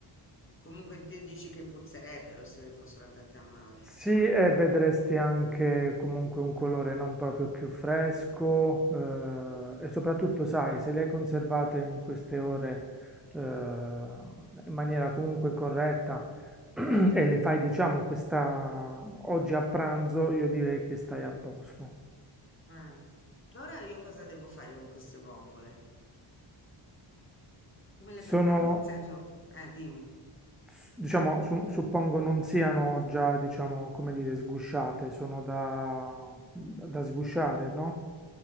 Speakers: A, on the left (about 25°); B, in the centre.
A: Comunque te dici che puzzerebbero se fossero andate a male.
B: Sì, e vedresti anche comunque un colore non proprio più fresco eh, e soprattutto, sai, se le hai conservate in queste ore eh, in maniera comunque corretta <clears throat> e le fai, diciamo, questa oggi a pranzo, io direi che stai a posto.
A: Eh. Allora io cosa devo fare con queste vongole? Come le preparo?
B: Sono,
A: Nel senso, eh, dimmi.
B: s- diciamo, su- suppongo non siano già, diciamo, come dire, sgusciate, sono da, da sgusciare, no?